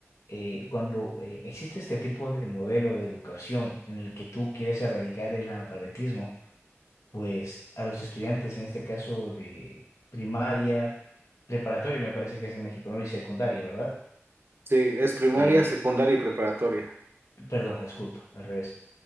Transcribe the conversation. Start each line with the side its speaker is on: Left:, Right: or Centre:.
Left: Eh, cuando eh, existe este tipo de modelo de educación en el que tú quieres erradicar el analfabetismo, pues a los estudiantes, en este caso de primaria, preparatoria, me parece que es en México, ¿no? Y secundaria, ¿verdad?
Right: Sí, es primaria,
Left: Eh,
Right: secundaria y preparatoria.
Left: perdón, disculpa, al revés.